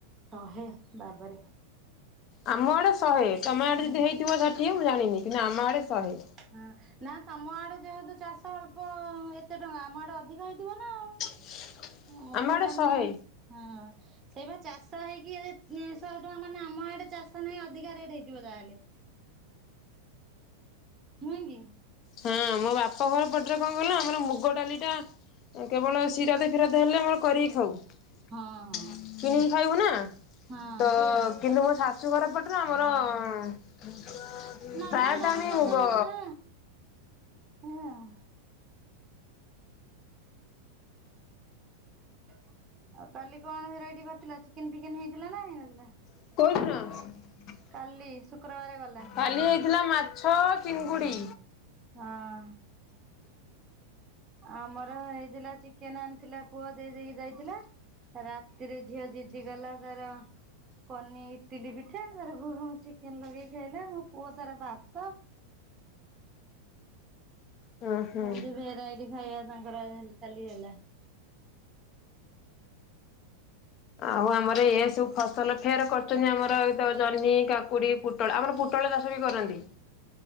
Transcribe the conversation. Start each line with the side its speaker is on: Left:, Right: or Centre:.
Right: ଶହେ ବାବରେ।
Left: ଆମ ଆଡ଼େ ଶହେ ତମେ ଆଡ଼େ ଯଦି
Right: ହଁ
Left: ହେଇଥିବ ସାଠିଏ ମୁଁ ଜାଣିନି କିନ୍ତୁ ଆମ ଆଡ଼େ ଶହେ।
Right: ହଁ ନା ତମ ଆଡ଼େ ଯେହେତୁ ଚାଷ ଅଳ୍ପ ଏତେ ଟଙ୍କା ଆମ ଆଡ଼େ ଅଧିକ ହେଇଥିବନା ଆଉ।
Left: <inaudible>
Right: ମୁଁ
Left: ଆଡେ
Right: ଜାଣିନେଇ
Left: ଶହେ
Right: ହଁ। ସେଇବା ଚାଷ ହେଇକି ଶହେ ଟଙ୍କା ମାନେ ଆମ ଆଡ଼େ ଚାଷ ନାହିଁ ଅଧିକା ରେଟ୍ ହେଇଥିବ ଯାହାହେଲେ। ନୁହେଁକି।
Left: ହଁ ମୋ ବାପାଘର ପ ରେ କଣ କହିଲ ଆମର ମୁଗ ଡ଼ାଲିଟା କେବଳ ସିରାଦ ଫିରାଦ ହେଲେ ଆମର କରିକି ଖାଉ
Right: ହଁ ହଁ
Left: କିଣିକି ଖାଇବୁନା
Right: ହଁ
Left: ତ
Right: ସେଇଆ
Left: କିନ୍ତୁ ମୋ ଶାଶୁ ଶାଶୁଘର ପଟରେ ଆମର ପ୍ରାୟତଃ
Right: ନର୍ମାଲ ଡାଲି
Left: ଆମେ
Right: ଯେତେବେଳେ
Left: ମୁଗ
Right: ହୁଏ ହଁ। ଆଉ କାଲି କଣ ଭେରାଇଟି କରିଥିଲ ଚି ଚିକେନ୍ ଫିକେନ୍ ହେଇଥିଲାନା ହେଇନଥିଲା?
Left: କୋଉଦିନ?
Right: କାଲି? ଶୁକ୍ରବାର ଗଲା
Left: କାଲି ହେଇଥିଲା ମାଛ ଚିଙ୍ଗୁଡ଼ି।
Right: ହଁ। ଆମର ହେଇଥିଲା ଚିକେନେ ଆଣିଥିଲା ପୁଅ ଦେଇ ଦେଇକି ଯାଇଥିଲା। ରାତିରେ ଝିଅ ଜିଦି କଲା ତାର କନି ଇଟିଲି ପିଠା ତାର ଚିକେନ ଲଗେଇ ଖାଇଲା ମୋ ପୁଅ ତାର ଭାତ
Left: ହୁଁ ହୁଁ।
Right: ଏମତି ଭେରାଇଟି ଖାଇବା ତାଙ୍କରା କାଲି ହେଲା।
Left: ଆଉ ଆମର ଏଇଆ ସବୁ ଫସଲ ଫେର କରୁଚନ୍ତି ଆମର ଏଇତ ଜହ୍ନି କା କାକୁଡ଼ି ପୁଟଳ ଆମର ପୁଟଳ ଚାଷବି କରନ୍ତି।